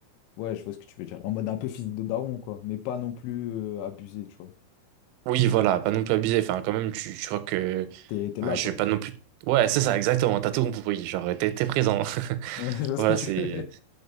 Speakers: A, on the left; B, on the right.
A: Ouais, je vois ce que tu veux dire. En mode un peu physique de daron, quoi. Mais pas non plus euh, abusé, tu vois.
B: Oui, voilà, pas non plus abusé. Enfin, quand même, tu, tu vois que.
A: T'es, t'es
B: Enfin,
A: là,
B: je
A: quoi.
B: vais pas non plus. Ouais, c'est ça, exactement. T'as tout compris. Genre, t'es, t'es présent. <laughs>
A: <laughs> Je vois
B: Voilà,
A: ce que tu
B: c'est,
A: veux.